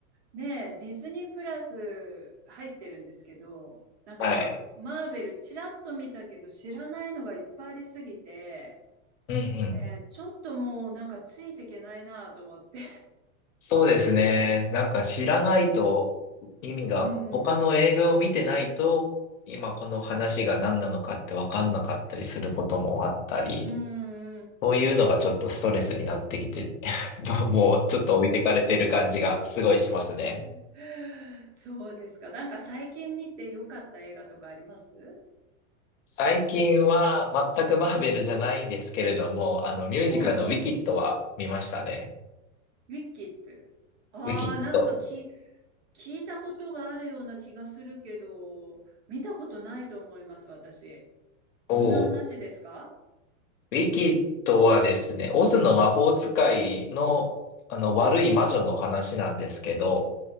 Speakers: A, on the right; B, on the left.
A: で、ディズニープラス入ってるんですけど、なんか、
B: はい。
A: マーベルちらっと見たけど知らないのがいっぱいありすぎて、
B: うんうん。
A: ね、ちょっともうなんかついていけないなと思って。
B: そうですね。なんか知らないと意味が、
A: <laughs> うんうん。
B: 他の映画を見てないと、今この話が何なのかってわかんなかったりすることもあったり、
A: うんうん
B: そういうのがちょっとストレスになってきて、<laughs> もうちょっと置いてかれてる感じがすごいしますね。
A: うん。そうですか。なんか最近見てよかった映画とかあります
B: 最近は全くマーベルじゃないんですけれども、あのミュージカルのウィキッドは見ましたね。
A: うんうん。ウィキッド。ああ、
B: ウィキッド。
A: なんかき、聞いたことがあるような気がするけど、見たことないと思います、私。
B: おー
A: どんな話ですか
B: ウィキッドはですね、オズの魔法使いの、あの悪い魔女の話なんですけど、